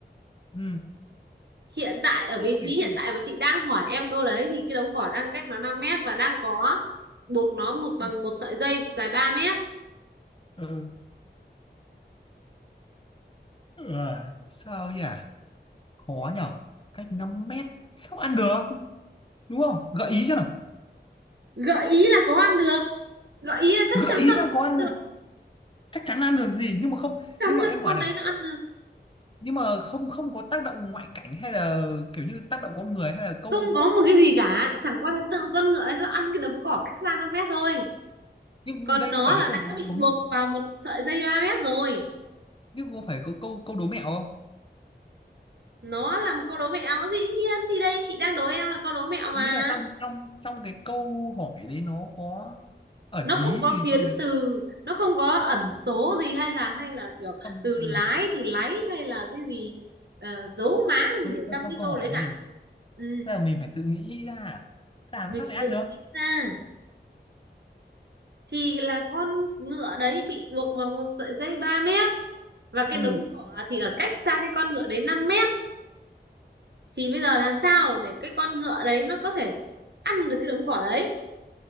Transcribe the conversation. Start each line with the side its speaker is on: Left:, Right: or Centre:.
Left: ừ.
Right: hiện tại
Left: sao
Right: ở vị trí
Left: để
Right: hiện
Left: ăn được?
Right: tại mà chị đang hỏi em câu đấy thì cái đống cỏ đang cách nó 5 mét và đang có buộc nó một bằng
Left: ừ.
Right: một sợi dây dài 3 mét
Left: Ừ. Ờ, sao nhỉ khó nhở cách 5 mét sao ăn được đúng không gợi ý cho nào
Right: gợi ý là có ăn được gợi ý là chắc
Left: gợi
Right: chắn
Left: ý
Right: là
Left: là
Right: nó
Left: có
Right: ăn
Left: ăn
Right: được
Left: được chắc chắn ăn được gì nhưng mà không
Right: chắn
Left: nhưng mà
Right: là
Left: em
Right: cái con
Left: hỏi này
Right: đấy nó ăn được
Left: nhưng mà không không có tác động ngoại cảnh hay là kiểu như tác động con người hay là câu
Right: không có một cái gì cả chẳng qua là tự con ngựa ấy nó ăn cái đống cỏ cách xa 5 mét thôi
Left: nhưng
Right: còn
Left: đây
Right: nó
Left: có phải
Right: là
Left: là
Right: đã
Left: câu đố
Right: bị
Left: đúng
Right: buộc vào một sợi dây ba mét rồi
Left: nhưng có phải có câu câu đố mẹo không
Right: nó là một câu đố mẹo dĩ nhiên thì đây chị đang đố em là câu đố mẹo mà
Left: ý là trong trong trong cái câu hỏi đấy nó có ẩn
Right: nó
Left: ý
Right: không có
Left: gì
Right: biến
Left: trong đấy
Right: từ nó không có ẩn số gì hay là hay là kiểu
Left: trong
Right: từ lái
Left: ừ,
Right: từ láy hay là cái gì ờ, dấu má
Left: trong,
Right: gì ở
Left: trong,
Right: trong
Left: trong
Right: cái
Left: câu
Right: câu
Left: hỏi
Right: đấy
Left: đấy
Right: cả
Left: gì
Right: ừ
Left: tức là mình phải tự nghĩ ra à? làm
Right: mình
Left: sao
Right: phải
Left: để ăn
Right: tự
Left: được
Right: nghĩ ra thì là con ngựa đấy bị buộc vào một sợi dây 3 mét và cái
Left: ừ
Right: đống cỏ thì ở cách xa cái con ngựa đấy 5 mét thì bây giờ làm sao để cái con ngựa đấy nó có thể ăn được cái đống cỏ đấy